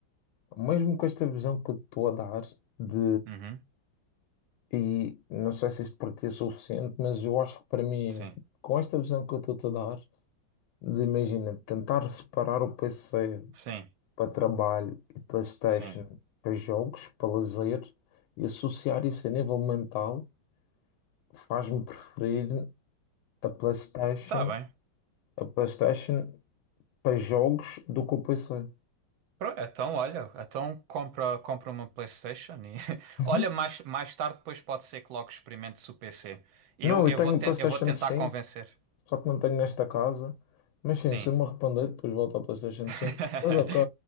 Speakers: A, on the left (about 85°); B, on the right (about 80°).
A: mesmo com esta visão que eu estou a dar de
B: Uhum.
A: E não sei se isso para ti é suficiente, mas eu acho que para mim,
B: Sim.
A: é, tipo, com esta visão que eu estou-te a dar, de imagina, tentar separar o PC
B: Sim.
A: para trabalho e PlayStation
B: Sim.
A: para jogos, para lazer, e associar isso a nível mental, faz-me preferir a PlayStation,
B: Tá bem.
A: a PlayStation para jogos do que o PC.
B: Pro- Então, olha, então compra, compra uma PlayStation e <laughs>
A: Uhum.
B: olha, mais, mais tarde depois pode ser que logo experimente o PC. Eu,
A: Não,
B: eu
A: eu tenho
B: vou ten-
A: o PlayStation
B: eu vou tentar
A: 5
B: convencer.
A: Só que não tenho nesta casa. Mas sim,
B: Sim.
A: se eu me arrepender, depois volto ao PlayStation
B: <laughs>
A: 5. Mas ok,